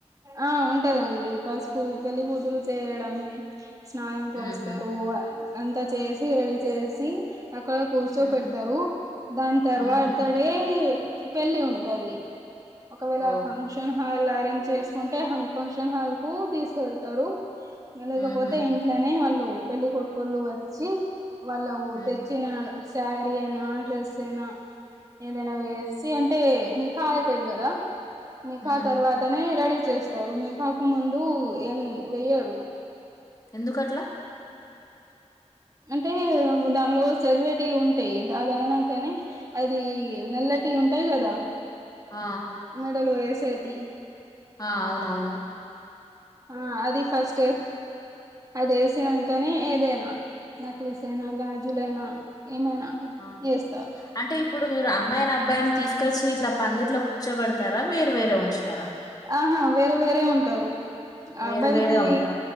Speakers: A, on the right; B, on the left.
A: ఆ ఉంటదండి పసుపు పెళ్లికూతురు చేయడం స్నానం పోస్తారు
B: ఉహు
A: అంతా చేసి రెడీ చేసి అక్కడ కూర్చో
B: ఉమ్
A: పెడతారు దాని తర్వాత
B: ఉహు
A: డే పెళ్ళి ఉంటది ఒకవేళ
B: ఓకే
A: ఫంక్షన్ హాల్ అరంజ్ చే టె ఫంక్షన్ హాల్ కు తీసుకువెళ్తారు లేకపోతే
B: ఉహు
A: ఎ ఇంట్లనే వాళ్ళు పెళ్లి కొడుకోళ్లు వచ్చి వాళ్ళు
B: ఉమ్
A: తెచ్చిన సారీ అయినా డ్రెస్ ఐనా ఏదైనా వేసి అంటే నికాయయితది కదా నిఖా
B: ఉమ్
A: తర్వాతనే రెడీ చేస్తారు నిఖాకు ముందు ఏం వెయ్యరు
B: ఎందుకట్లా
A: అంటే దానిలో చదివేటి ఉంటయ్ దాదయినాకంనే అది నల్లటియ్ ఉంటాయ్ గదా
B: ఆ
A: మెడలో ఏసేటి
B: ఆ అవునవును
A: ఆ అది ఫస్ట్ అదేసినంకనే ఏదైనా నక్లీస్ అయినా గాజులైనా ఏమైనా
B: అ
A: చేస్తారు
B: అంటే ఇప్పుడు మీరు అమ్మాయిన్ అబ్బాయిన్ తీసుకొచ్చి ఇట్లా పందిట్లో కూర్చోబెడతారా మీరు వేరే ఉంచుతారా
A: ఆహా వేరే వేరే ఉంటారు అ
B: వేరే
A: అబ్బాయికి
B: వేరే ఉంటా